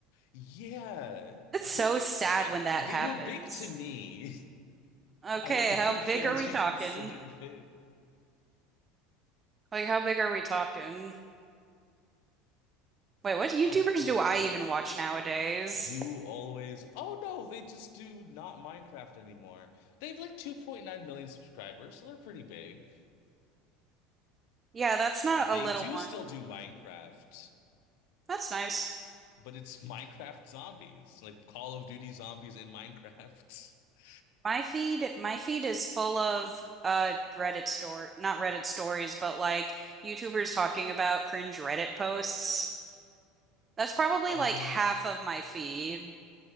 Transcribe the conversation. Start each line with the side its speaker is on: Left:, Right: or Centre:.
Left: Yeah,
Right: It's
Left: they
Right: so sad
Left: I,
Right: when that
Left: they
Right: happens.
Left: were big to me. <laughs>
Right: Okay,
Left: I don't know
Right: how
Left: if
Right: big
Left: they would
Right: are we
Left: be
Right: talking?
Left: considered big.
Right: Like, how big are we talking? Wait, what YouTubers
Left: Oh,
Right: do I even watch nowadays?
Left: you always. Oh no, they just do not Minecraft anymore. They have like 2.9 million subscribers, so they're pretty big.
Right: Yeah, that's not
Left: They
Right: a little
Left: do
Right: one.
Left: still do Minecraft.
Right: That's nice.
Left: But it's Minecraft zombies, like Call of Duty zombies in Minecraft. <laughs>
Right: My feed, my feed is full of uh Reddit story, not Reddit stories, but like YouTubers talking about cringe Reddit posts. That's probably
Left: Oh,
Right: like half of my feed.